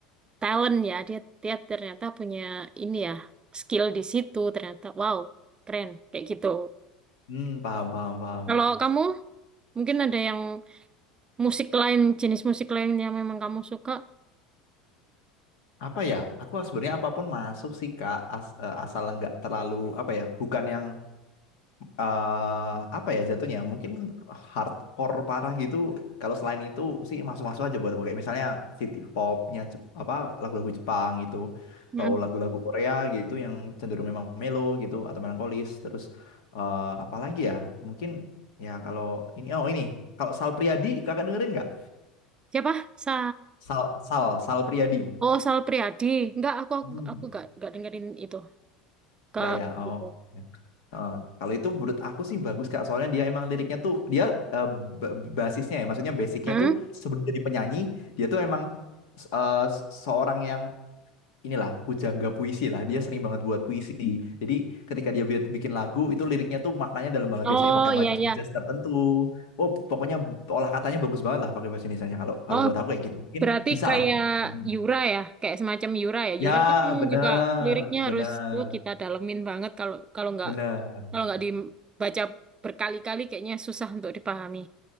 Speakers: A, on the right (about 25°); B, on the left (about 70°).
A: talent ya. Dia dia ternyata punya ini ya skill di situ. Ternyata wow keren kayak gitu.
B: Hmm, paham paham paham.
A: Kalau kamu mungkin ada yang Musik lain, jenis musik lain yang memang kamu suka.
B: Apa ya? Aku sebenarnya apapun masuk sih Kak, As- eh, asal nggak terlalu apa ya? Bukan yang eh apa ya jatuhnya mungkin hardcore parah gitu kalau selain itu sih masuk-masuk aja buat aku kayak misalnya city popnya Jep- apa lagu-lagu Jepang gitu atau
A: Mm.
B: lagu-lagu Korea gitu yang cenderung memang melo gitu atau melankolis terus eh apa lagi ya mungkin ya kalau ini oh ini kalau Sal Priadi kakak dengerin nggak
A: Siapa? Sa
B: Sal Sal Sal Priadi
A: Oh, Sal Priadi. Enggak, aku aku
B: Hmm.
A: aku enggak enggak dengerin itu. Ke
B: nggak ya. Oh.
A: gitu.
B: ya. Heeh. kalau itu menurut aku sih bagus Kak, soalnya dia emang liriknya tuh dia eh, ba- basisnya ya, maksudnya basicnya
A: Hmm?
B: tuh sebelum jadi penyanyi dia tuh emang eh, seorang yang inilah pujangga puisi lah, dia sering banget buat puisi. Jadi ketika dia bi- bikin lagu itu liriknya tuh maknanya dalam banget
A: Oh,
B: biasanya pakai
A: iya
B: majas-majas
A: iya.
B: tertentu. Oh pokoknya olah katanya bagus banget lah pakai bahasa Indonesianya. Kalau kalau
A: Oh,
B: buat aku kayak gitu mungkin
A: berarti
B: bisa
A: kayak
B: lah. Hmm.
A: Yura ya, kayak semacam Yura ya. Yura
B: Ya
A: kan
B: bener
A: juga liriknya
B: bener
A: harus tuh kita dalemin banget kalau kalau enggak
B: bener.
A: kalau enggak dibaca berkali-kali kayaknya susah untuk dipahami.